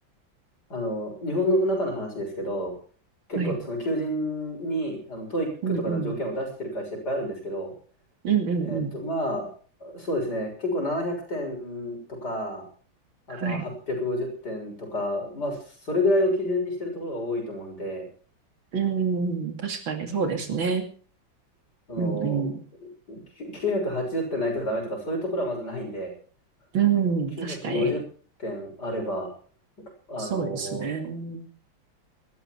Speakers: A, on the left; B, on the right.
A: あの、日本の中の話ですけど、結構その求人に、
B: はい。
A: あの、トイックとかの条件を出してる会社いっぱいあるんですけど、
B: うんうん。うんうんうん。
A: えっと、まあ、そうですね。結構700点とか、あとまあのは850点とか、
B: はい。
A: まあ、それぐらいを基準にしてるところが多いと思うんで、
B: うん、確かにそうですね。
A: きゅその、
B: うんうん。
A: きゅ980点ないとダメとか、そういうところはまずないんで、
B: うん、
A: 950点あれば、
B: 確かに。
A: あの、
B: そうですね。うん